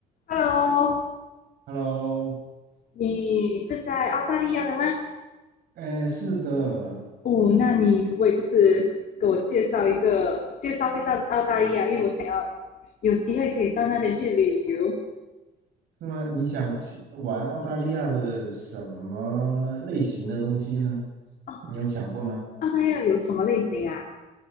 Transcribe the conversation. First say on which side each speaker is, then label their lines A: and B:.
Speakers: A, on the left (about 55°); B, on the right (about 70°).
A: Hello，
B: Hello，
A: 你是在澳大利亚的吗？
B: 哎，是的，
A: 哦，那你可不可以就是给我介绍一个，介绍介绍澳大利亚，因为我想要有机会可以到那边去旅游。
B: 那么你想去玩澳大利亚的什么类型的东西呢？
A: 哦，
B: 你有想过吗？
A: 澳大利亚有什么类型啊？